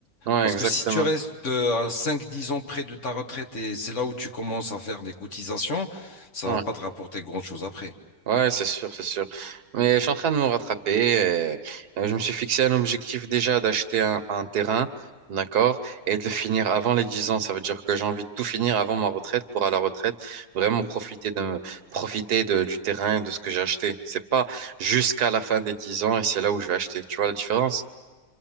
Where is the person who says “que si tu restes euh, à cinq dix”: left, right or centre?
Left